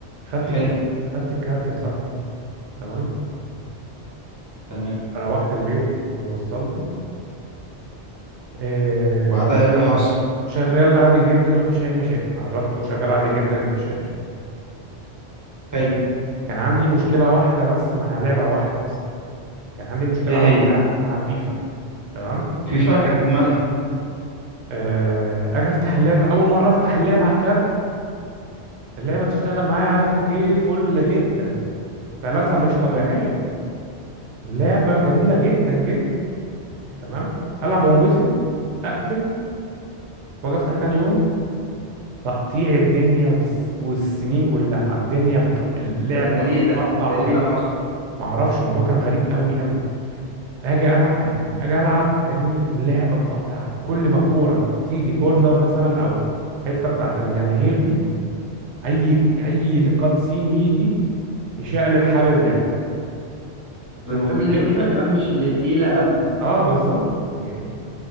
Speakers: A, on the right; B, on the right.
A: خدت
B: حلو
A: الكارت خدت الكارت يا صاحبي تمام
B: تمام
A: روحت البيت ووصلته إيه
B: وبعدها ايه اللي حصل
A: شغال عادي جدا مفيش أي مشاكل عرفته شغال عادي جدا مفيش أي مشاكل
B: حلو
A: كان عندي مشكلة واحدة بس مع لعبة واحدة بس كان عندي مشكلة
B: ايه
A: واحدة
B: هي
A: مع فيفا تمام
B: فيفا كانت مالها
A: آه، أجي أفتح اللعبة أول مرة أفتح اللعبة على الكارت اللعبة تشتغل معايا على 2K فل جدا سلاسة مش طبيعية
B: تمام
A: لعبة جميلة جدا جدا تمام ألعب وانبسط أقفل وأجي أفتح تاني يوم تقطيع الدنيا والس... والسنين كلها الدنيا بت... اللعبة
B: ده ده ليه
A: بتقطع
B: ده ده ايه
A: جدا
B: اللي حصل
A: معرفش الموضوع كان غريب أوي أوي أجي ألعب يعني أجي ألعب فاهمني اللعبة بتقطع أوي كل ما الكورة تيجي كورنر مثلا أو حتة بتاعت الجماهير دي أي أي كات سين يجي يشقلب حال اللعبة
B: ده
A: تتظبط
B: المفروض ان فيفا
A: امتى
B: كمان مش اللي تقيله قوي
A: اه بالظبط يعني